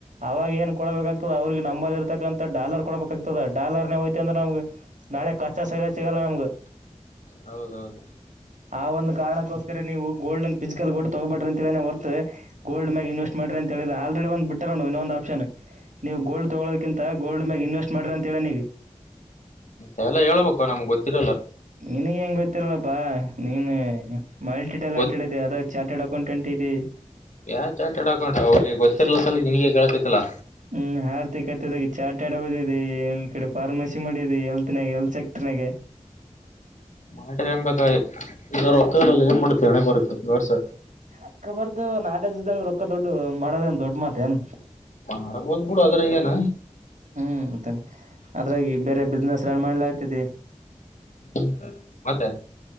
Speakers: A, on the right; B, on the left.
A: ಅವಾಗ ಏನ್ ಕೊಡಬೇಕಾಗ್ತದ ಅವ್ರಿಗೆ ನಮ್ಮಲ್ಲಿ ಇರತಕ್ಕಂತ ಡಾಲರ್ ಕೊಡ್ಬೇಕಾಗ್ತದೆ ಡಾಲರ್ ನೇ ಹೊಯತ್ತೀವಿ ಅಂದ್ರೆ ನಮಗೆ ನ. ಕಚ್ಚಾ ಸೈಲ ಸಿಗಲ್ಲ ನಮ್ಗ.
B: ಹೌದೌದು.
A: ಆ ಒಂದು. ಕಾರಣಕ್ಕೋಸ್ಕರ ನೀವು ಗೋಲ್ಡನಾ ಫಿಸಿಕಲ್ ಗೋಲ್ಡ್ ತಗೋಬಡ್ರಿ ಅಂತ ಹೆಳೆ ನಾ ವರ್ತು ಗೋಲ್ಡ್ ಮೇಗ ಇನ್ವೆಸ್ಟ್ ಮಾಡ್ರಿ ಅಂತ ಹೇಳಿಲ್ಲ. ಒಂದ್ ಬಿಟ್ಟ ನೋ ಇನ್ನೊ ಒಂದು ಆಪ್ಷನ್ ನೀವು ಗೋಲ್ಡ್ ತೊಗೋಳದಕಿಂತ ಗೋಲ್ಡ್ ಮೇಗ ಇನ್ವೆಸ್ಟ್ ಮಾಡ್ರಿ ಅಂತ ಹೇಳಿನಾ ಇಗ.
B: ಅವೆಲ್ಲ ಹೇಳಬೇಕು ನಮಗ ಗೊತ್ತಿರಲ್ಲ.
A: ನಿನಗ ಹೆಂಗ ಗೊತ್ತಿರಲ್ಲಪ್ಪಾ ನೀನ್ ಮಲ್ಟಿ ಟ್ಯಾಲೆಂಟೆಡ್
B: ಗೊತ್
A: ಆದಿಯ ಅದರಾಗ. ಚಾರ್ಟೆಡ್ ಅಕೌಂಟೆಂಟ್ ಇದೀ.
B: ಯಾ ಚಾರ್ಟೆಡ್ ಅಕೌಂಟ್ ಹುಲಿ ಗೊತ್ತಿರಲಾರದ ನಿನಗೆ ಕೇಳಕತಿಲ್ಲ.
A: ಹ್ಮ್ ಆರ್ಥಿಕತೆದಾಗ ಚಾಟೆದ ಓದಿದಿ ಈ ಕಡೆ ಫಾರ್ಮಸಿ ಮಾಡಿದಿ ಎಲ್ತ್. ಎಲ್ ಸೆಕ್ಟರ್ ನ್ಯಾಗ.
B: ಮಾಡಿರಿ ಎಂಬಕ ಇದಾರ ಒಕ್ಕಲ್ಲಿ ಏನ್ ಮಾಡುತಿ ಅಣೆ ಬರಕ್ಕೆ ಜೋರ್ಸ.
A: ಅಕ್ಕ ಬರ್ದು ನಾಲೆಜ ಇದಂಗ ರೊಕ್ಕ ದೊಡ್ಡ ಮಾಡೋದೇ ಏನ್ ದೊಡ್ಡ ಮಾತೇನ್.
B: ಮಾರಾಕ ಹೋಗಬೋದು ಬಿಡು ಅದ್ರೆ ಏನ.
A: ಹ್ಮ್ ಮತ್ತೆ ಅದ್ರಾಗಿ ಬೇರೆ ಬಿಸ್ನೆಸ್ ರನ್ ಮಾಡ್ಲಾಕತಿ.
B: ಹ್ಮ್ ಮತ್ತೆ.